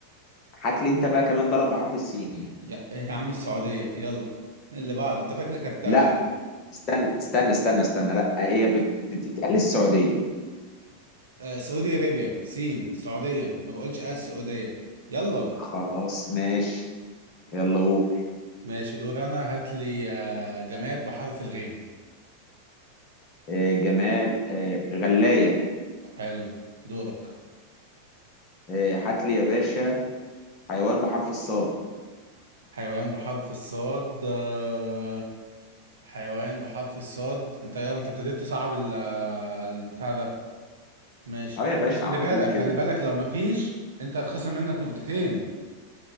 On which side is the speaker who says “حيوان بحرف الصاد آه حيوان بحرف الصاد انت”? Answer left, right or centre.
Right